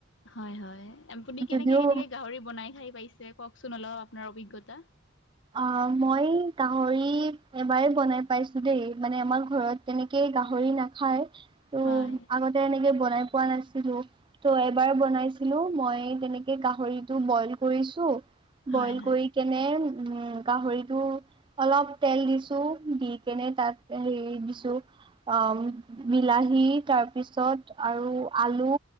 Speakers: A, on the left; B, on the right.
A: হয় হয় আপুনি কেনেকে
B: যদিও
A: কেনেকে গাহৰি বনাই খাই? পাইছে কওকচোন অলপ আপোনাৰ অভিজ্ঞতা।
B: আ মই গাহৰি এবাৰ বনাই পাইছো দেই, মানে আমাৰ ঘৰত তেনেকে গাহৰি নাখায় ত
A: হয়
B: আগতে এনেকে বনাই পোৱা নাছিলো, ত' এবাৰ বনাইছিলো মই তেনেকে গাহৰিটো বইল কৰিছো।
A: হয়
B: বইল
A: হয়
B: কৰি কেনে উম গাহৰিটো অলপ তেল দিছো, দি কেনে তাত হেৰি দিছো অ' বিলাহী তাৰপিছত আৰু আলু